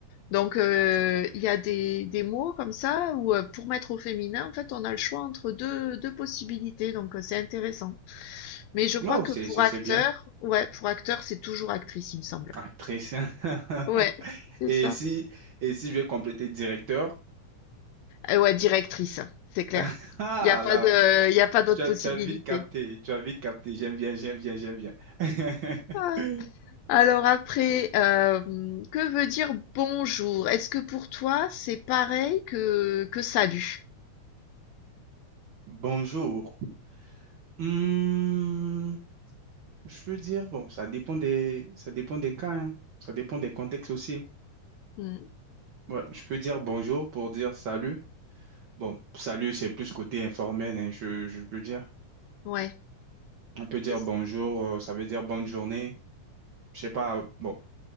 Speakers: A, on the left; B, on the right.
A: Donc euh, il y a des, des mots comme ça où euh, pour mettre au féminin, en fait, on a le choix entre deux, deux possibilités. Donc euh, c'est intéressant. Mais je crois
B: Wow,
A: que
B: c'est,
A: pour
B: c'est,
A: acteur,
B: c'est bien.
A: ouais, pour acteur, c'est toujours actrice, il me semble.
B: Actrice. <laughs>
A: Ouais, c'est
B: Et
A: ça.
B: si, et si je vais compléter directeur,
A: Euh, ouais, directrice, c'est clair.
B: <laughs> ah
A: Il n'y a pas
B: là,
A: de, il y a pas d'autre
B: tu
A: possibilité.
B: as, tu as vite capté, tu as vite capté, j'aime bien, j'aime bien, j'aime bien. <laughs>
A: Ouais. Alors après, euh, que veut dire bonjour? Est-ce que pour toi, c'est pareil que, que salut?
B: Bonjour. Hmm, je peux dire, bon, ça dépend des, ça dépend des cas, hein. Ça dépend des contextes aussi.
A: Mmh.
B: Ouais, je peux dire bonjour pour dire salut. Bon, salut, c'est plus côté informel, hein, je, je peux dire.
A: Ouais,
B: On peut dire
A: c'est ç
B: bonjour, euh, ça veut dire bonne journée. Je sais pas, bon.